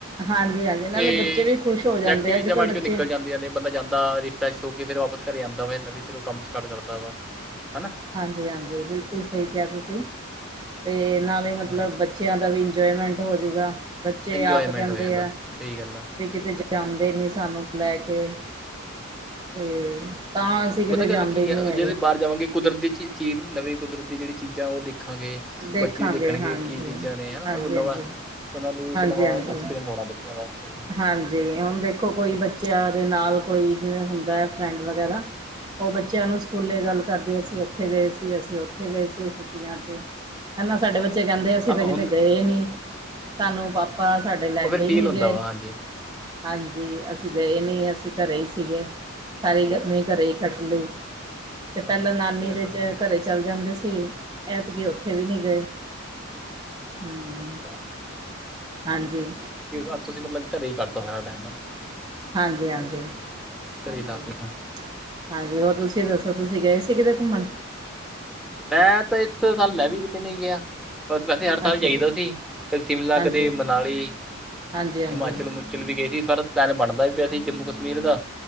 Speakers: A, on the right (about 20°); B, in the centre.
A: ਹਾਂਜੀ ਹਾਂਜੀ ਨਾਲੇ
B: ਤੇ
A: ਬੱਚੇ ਵੀ ਖੁਸ਼ ਹੋ ਜਾਂਦੇ
B: ਨੈਗੇਟਿਵ ਚੀਜ਼ਾਂ
A: ਅੱਜ ਕੱਲ੍ਹ
B: ਮਾਈਡ ਚੋਂ
A: ਬੱਚੇ
B: ਨਿਕਲ ਜਾਂਦੀਆਂ ਨੇ। ਬੰਦਾ ਜਾਂਦਾ ਰਿਫਰੈਸ਼ ਹੋ ਕੇ, ਫਿਰ ਵਾਪਸ ਘਰੇ ਆਉਂਦਾ ਹੋਵੇ। ਨਾਵੇ ਸਿਰੋ ਕੰਮ ਸਟਾਰਟ ਕਰਦਾ ਵਾ। ਹੈਨਾ।
A: ਹਾਂਜੀ-ਹਾਂਜੀ, ਬਿਲਕੁਲ ਸਹੀ ਕਿਹਾ ਤੁਸੀਂ ਤੇ ਨਾਲੇ ਮਤਲਬ
B: ਹਾਂਜੀ
A: ਬ? ਬੱਚਿਆਂ ਦਾ ਵੀ ਇੰਜੋਏਮੈਂਟ ਹੋਜੂਗਾ। ਬੱਚੇ
B: ਇੰਜੋਏਮੈਂਟ
A: ਆਪ ਕਹਿੰਦੇ
B: ਹੋ ਜਾਂਦਾ
A: ਆ।
B: ਸਹੀ ਗੱਲ ਆ
A: ਵੀ ਕਿਤੇ ਜਾਂਦੇ ਨੀ ਸਾਨੂੰ ਲੈ ਕੇ। ਤੇ ਤਾਂ ਅਸੀਂ ਕਿਤੇ
B: ਪਤਾ ਗੱਲ
A: ਜਾਂਦੇ
B: ਕੀ
A: ਨਹੀਂ
B: ਹੈ।
A: ਹੈਗੇ
B: ਜੇ ਅਸੀਂ ਬਾਹਰ ਜਾਵਾਂਗੇ, ਕੁਦਰਤੀ ਚੀ ਚੀਜ਼ ਨਵੀਂ ਕੁਦਰਤ ਦੀ ਜਿਹੜੀ ਚੀਜ਼ਾਂ ਉਹ ਦੇਖਾਂਗੇ।
A: ਦੇਖਾਂਗੇ
B: ਬੱਚੇ ਵੀ ਦੇਖਣਗੇ
A: ਹਾਂਜੀ
B: ਕੀ ਚੀਜ਼ਾਂ ਨੇ ਹੈਨਾ।
A: ਹਾਂਜੀ
B: ਉਹ ਨਵਾਂ
A: ਹਾਂਜੀ
B: ਉਹਨਾਂ ਲਈ ਇੱਕ
A: ਹਾਂਜੀ
B: ਨਵਾਂ
A: ਹਾਂਜੀ
B: ਐਕਸਪੀਰੀਅੰਸ ਹੋਣਾ। ਬ ਬੱਚਿਆਂ ਵਾਸਤੇ।
A: ਹਾਂਜੀ! ਹੁਣ ਦੇਖੋ ਕੋਈ ਬੱਚਾ? ਦੇ ਨਾਲ ਕੋਈ, ਜਿਵੇਂ ਹੁੰਦਾ ਹੈ। ਫਰੈਂਡ ਵਗੈਰਾ, ਉਹ ਬੱਚਿਆਂ ਨੂੰ ਸਕੂਲੇ ਗੱਲ ਕਰਦੇ। ਅਸੀਂ
B: ਜੀ
A: ਉੱਥੇ ਗਏ ਸੀ, ਅਸੀਂ ਉੱਥੇ ਗਏ ਸੀ। ਛੁੱਟੀਆਂ ਚ, ਹੈਨਾ ਸਾਡੇ ਬੱਚੇ ਕਹਿੰਦੇ, ਅਸੀਂ
B: ਹਾਂ
A: ਤਾਂ ਕਿਤੇ
B: ਹੁਣ
A: ਗਏ ਨਹੀ,? ਸਾਨੂੰ ਪਾਪਾ, ਸਾਡੇ ਲੈ
B: ਉਹ
A: ਕੇ
B: ਫਿਰ
A: ਹੀ
B: ਫੀਲ
A: ਨਹੀਂ
B: ਹੁੰਦਾ
A: ਗਏ।
B: ਵਾ ਹਾਂਜੀ
A: ਹਾਂਜੀ, ਅਸੀਂ ਗਏ ਨਹੀਂ ਅਸੀਂ ਘਰੇ ਹੀ ਸੀਗੇ। ਸਾਰੀ ਗਰਮੀ ਘਰੇ ਹੀ ਕੱਟ ਲਈ। ਤੇ ਪਹਿਲਾਂ
B: ਹਾਂ
A: ਨਾਨੀ
B: ਉਹੀ ਤਾਂ ਗੱਲ
A: ਦੇ
B: ਹੈ ਨਾ ਜੀ
A: ਘਰੇ ਚੱਲ ਜਾਂਦੇ ਸੀ ਐਤਕਿ ਉੱਥੇ ਵੀ ਨਹੀਂ ਗਏ ਹਮ
B: ਅੱਛਾ
A: ਹਾਂਜੀ
B: ਕਿਸ ਵਾਰ ਤੁਸੀਂ ਮਤਲਬ ਘਰੇ ਹੀ ਕੱਤਾ ਹੋ ਸਾਰਾ ਟਾਈਮਾ
A: ਹਾਂਜੀ-ਹਾਂਜੀ-ਹਾਂਜੀ
B: ਘਰੇ ਲਾਤੀਆਂ
A: ਹਾਂਜੀ ਹੋਰ ਤੁਸੀਂ ਦੱਸੋ ਤੁਸੀਂ ਗਏ ਸੀ ਕਿਤੇ ਘੁੰਮਣ
B: ਮੈਂ ਤਾਂ ਇਥੇ ਸਾਲ ਮੈਂ ਵੀ ਕਿਤੇ ਨਹੀਂ ਗਿਆ ਹਰ ਸਾਲ
A: ਅੱਛਾ
B: ਜਾਈਦਾ
A: ਜੀ
B: ਸੀ ਕਦੇ ਸ਼ਿਮਲਾ
A: ਹਾਂਜੀ
B: ਕਦੇ ਮਨਾਲੀ
A: ਹਾਂਜੀ ਹਾਂਜੀ
B: ਹਿਮਾਚਲ ਹਿਮਾਚਲ ਵੀ ਗਏ ਸੀ ਸਰ ਪਲੈਨ ਬਣਦਾ ਵੀ ਪਿਆ ਸੀ ਜੰਮੂ ਕਸ਼ਮੀਰ ਦਾ